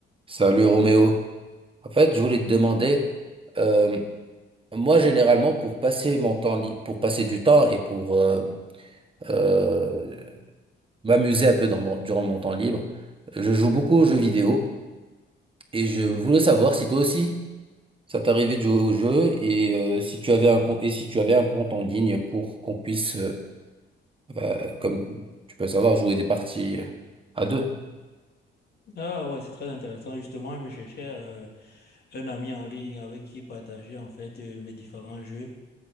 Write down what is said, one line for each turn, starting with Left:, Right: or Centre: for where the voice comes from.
Right: Salut Roméo. En fait, je voulais te demander, euh, moi généralement pour passer mon temps libre, pour passer du temps et pour euh, euh, m'amuser un peu dans mon- durant mon temps libre, je joue beaucoup aux jeux vidéo et je voulais savoir si toi aussi ça t'arrivait de jouer aux jeux et euh, si tu avais un compte et si tu avais un compte en ligne pour qu'on puisse, euh, euh, comme tu peux savoir, jouer des parties euh, à deux.
Left: Ah ouais, c'est très intéressant. Justement, je me cherchais euh, un ami en ligne avec qui partager en fait euh, mes différents jeux.